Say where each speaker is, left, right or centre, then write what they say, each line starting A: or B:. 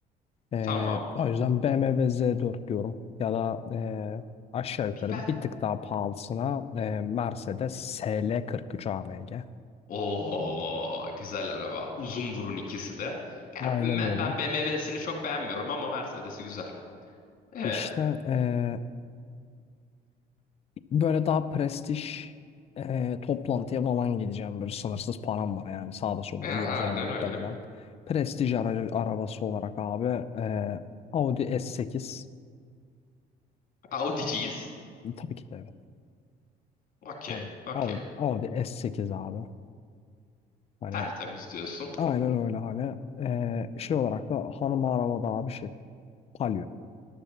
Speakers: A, on the left; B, on the left.
A: Ee,
B: Tamam.
A: o yüzden BMW Z4 diyorum. Ya da ee, aşağı yukarı
B: Ben.
A: bir tık daha pahalısına ee, Mercedes SL43 AMG.
B: Oo, güzel araba. Uzun burun ikisi de. Yani
A: Aynen öyle.
B: ben, ben BMW'sini çok beğenmiyorum ama Mercedes'i güzel. E,
A: İşte eee, böyle daha prestij eee, toplantıya falan gideceğim. Böyle sınırsız param var yani sağda solda
B: e, aynen
A: gezerim muhtemelen.
B: öyle.
A: Prestij aracı, arabası olarak abi eee, Audi S8
B: Audi'ciyiz.
A: tabii ki de evet.
B: Okey.
A: Hani
B: Okey.
A: Audi, Audi S8 abi. Hani
B: Tertemiz diyorsun.
A: aynen öyle hani eee, şey olarak da hanım arabada abi şey Palio.